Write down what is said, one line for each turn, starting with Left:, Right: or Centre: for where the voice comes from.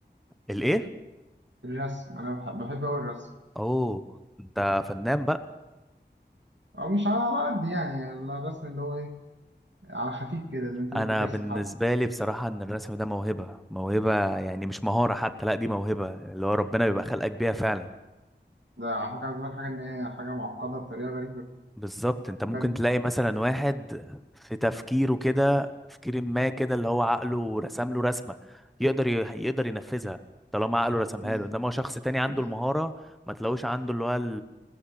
Centre: الايه
Right: الرسم انا بح- بحب اوي الرسم
Centre: اوه انت فنان بقى
Right: او مش على قد يعني على الرسم اللي هو ايه على خفيف كده اللي انت ممكن
Centre: انا
Right: ترسم
Centre: بالنسبه
Right: حد
Centre: لي بصراحه ان الرسم ده موهبه موهبه يعني مش مهاره حتى لا دي موهبه اللي هو ربنا بيبقى خلقك بيها فعلا
Right: ده على فكره عايز أقول لك حاجه ان هي حاجه معقده بطريقه غريبه
Centre: بالظبط انت
Right: بجد
Centre: ممكن تلاقي مثلا واحد في تفكيره كده تفكير ما كده اللي هو عقله رسم له رسمه يقدر ي- يقدر ينفذها طالما عقله رسمها
Right: بز-
Centre: له انما هو شخص تاني عنده
Right: بز-
Centre: المهاره ما تلاقوش عنده اللي هو